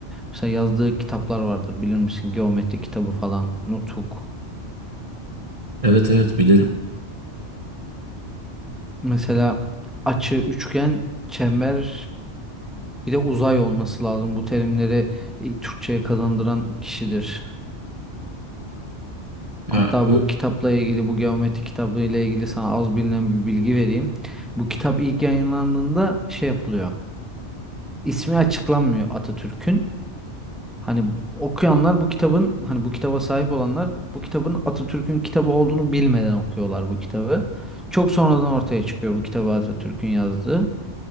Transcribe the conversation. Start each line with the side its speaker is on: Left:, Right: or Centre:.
Centre: Mesela yazdığı kitaplar vardır bilir misin? Geometri kitabı falan, Nutuk.
Right: Evet evet bilirim.
Centre: Mesela açı, üçgen, çember bir de uzay olması lazım. Bu terimleri e, Türkçe'ye kazandıran kişidir. Hatta
Right: Ya, ö-
Centre: bu kitapla ilgili, bu geometri kitabı ile ilgili sana az bilinen bir bilgi vereyim. Bu kitap ilk yayınlandığında şey yapılıyor. İsmi açıklanmıyor Atatürk'ün. Hani okuyanlar bu kitabın, hani bu kitaba sahip olanlar bu kitabın Atatürk'ün kitabı olduğunu bilmeden okuyorlar bu kitabı. Çok sonradan ortaya çıkıyor bu kitabı Atatürk'ün yazdığı.